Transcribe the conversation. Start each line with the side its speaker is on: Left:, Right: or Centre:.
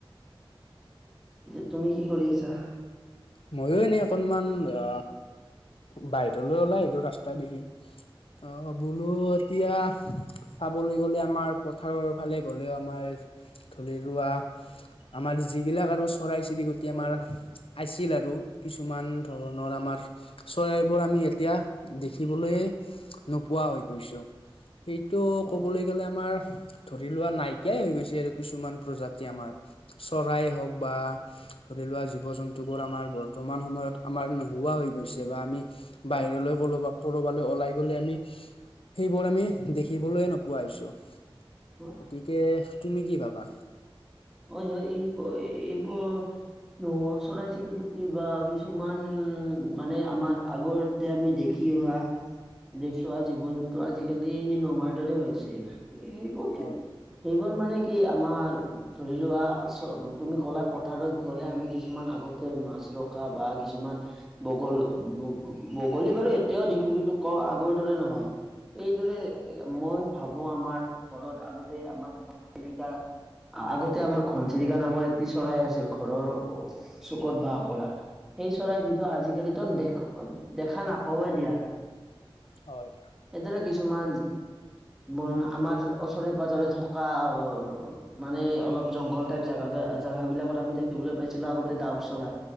Centre: পিছে তুমি কি কৰি আছা?
Left: ময়ো এনেই অকনমান আ বাহিৰলৈ ওলাই আহিলোঁ ৰাস্তা দেখি। অ' বোলো এতিয়া চাবলৈ গ'লে আমাৰ পথাৰৰ ফালে গলেও আমাৰ ধৰি লোৱা আমাৰ যিবিলাক আৰু চৰাই চিৰিকটি
Centre: হয়
Left: আমাৰ আছিল আৰু কিছুমান ধৰণৰ আমাৰ চৰাইবোৰ আমি এতিয়া দেখিবলৈ নোপোৱা হৈ গৈছোঁ। এইটো
Centre: হয়
Left: ক'বলৈ গ'লে আমাৰ ধৰি লোৱা নাইকিয়াই হৈ গৈছে আৰু কিছুমান প্ৰজাতি আমাৰ, চৰাই হওক বা ধৰি লোৱা জীৱ জন তোবোৰ আমাৰ বৰ্তমান সময়ত আমাৰ নোহোৱা হৈ গৈছে বা আমি বাহিৰলৈ গলো বা ক'ৰবালৈ ওলাই গলে আমি সেইবোৰ আমি দেখিবলৈ নোপোৱা হৈছোঁ।
Centre: হয়
Left: গতিকে তুমি কি ভাবা?
Centre: হয় হয় এইবৰ-এইবোৰ ন, চৰাই-চিৰিকুটি বা কিছুমান মানে আমাৰ আগতে আমি দেখি অহা দেখিওৱা জীৱ-জন্তু আজিকালি নোহোৱাৰ দৰে হৈছে। সেইবোৰ
Left: হয়
Centre: সেইবোৰ মানে কি আমাৰ ধৰি লোৱা চ তুমি ক'লা পথাৰত গ'লে আমি কিছুমান আগতে মাছ ৰখা বা কিছুমান বগল-বগলী বাৰু এতিয়াও দেখো কিন্তু ক আগৰ দৰে নহয়। এইদৰে মই ভাবো আমাৰ ঘৰত আগতে আমাৰ ঘনচিকা আগতে আমাৰ ঘনচিৰিকা নামৰ এটি চৰাই আছিল। ঘৰৰ চুকত বাস কৰা। সেই চৰাইবিধো আজিকালিতো দেখ-দেখা নাপাৱেই দিয়া।
Left: হয়
Centre: এইদৰে কিছু কিছুমান ব-আমাৰ ওচৰে-পাজৰে থকা অ মানে অলপ জংঘল টাইপ জাগা-জাগা বিলাকত আমি দেখিবলৈ পাইছিলো আগতে ডাউক চৰাই।